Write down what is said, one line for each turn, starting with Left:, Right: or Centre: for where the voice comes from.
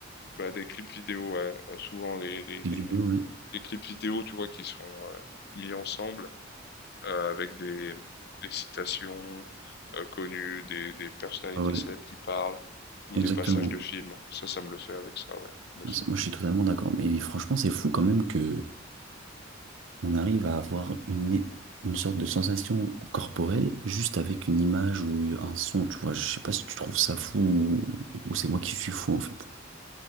Left: Bah, des clips vidéo, ouais. Euh, Souvent les, les,
Right: Les
Left: les,
Right: vidéos, ouais.
Left: les clips vidéo, tu vois, qui sont euh, mis ensemble euh, avec des, des citations euh, connues, des, des personnalités
Right: Ah ouais,
Left: célèbres qui parlent ou
Right: exactement.
Left: des passages de films. Ça, ça me le fait avec ça, ouais, en effet.
Right: Ah, c'est- Moi, je suis totalement d'accord. Mais franchement, c'est fou quand même que on arrive à avoir une, une sorte de sensation corporelle juste avec une image ou un son. Tu vois, je sais pas si tu trouves ça fou ou, ou c'est moi qui suis fou en fait.